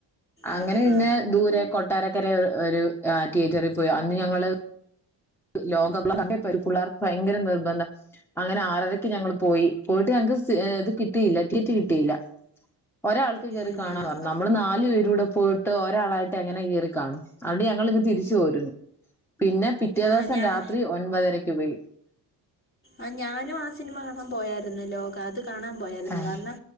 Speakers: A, in the centre; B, on the left (about 30°).
A: അങ്ങനെ
B: ആ
A: പിന്നെ
B: ആ
A: ദൂരെ കൊട്ടാരക്കര ഒരു തിയേറ്ററിൽ പോയി അന്ന് ഞങ്ങള് ലോക <inaudible> പിള്ളേർക്ക് ഭയങ്കര നിർബന്ധം അങ്ങനെ ആറരക്ക് ഞങ്ങള് പോയി പോയിട്ട് ഞങ്ങക്ക് സീ ഇത് കിട്ടിയില്ല സീറ്റ് കിട്ടിയില്ല ഒരാൾക്ക് കേറി
B: ഉം
A: കാണാ
B: ഉം
A: പറഞ്ഞു നമ്മള് നാല് പേരൂടെ പോയി ട്ട് ഒരാളായിട്ട് എങ്ങനെ കേറി കാണും അതൊണ്ട് ഞങ്ങളിങ്ങ് തിരിച്ചു പോരുന്നു പിന്നെ പി റ്റേ ദിവസം
B: ആ ഞാൻ
A: രാത്രി ഒൻപതരയ്ക്ക് പോയി
B: ആഹ് ഞാനും ആ സിനിമ കാണാൻ പോയാരുന്നു ലോക അത് കാണാൻ പോയാരുന്നു
A: ആഹ്
B: കാരണം